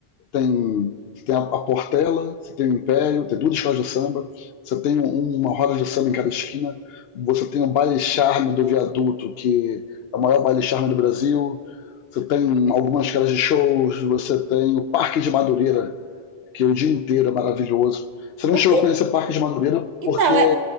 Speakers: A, on the left; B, on the right.
A: tem, você tem a, a Portela, você tem o Império, tem duas escolas de samba, você tem um- uma roda de samba em cada esquina, você tem o baile charme do viaduto, que é o maior baile charme do Brasil, você tem algumas casas de shows, você tem o Parque de Madureira, que o dia inteiro é maravilhoso. Você não
B: O
A: chegou
B: que
A: a conhecer o Parque de Madureira
B: então
A: porque
B: é